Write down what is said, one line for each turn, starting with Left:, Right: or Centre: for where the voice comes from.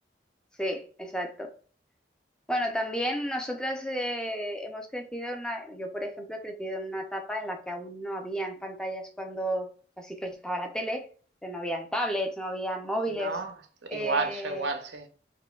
Centre: Sí, exacto. Bueno, también nosotras eh, hemos crecido en una, yo por ejemplo he crecido en una etapa en la que aún no habían pantallas cuando, así que estaba la tele, pero no habían tablets, no habían móviles.
Right: No,
Centre: Eh,
Right: igual, yo igual, sí.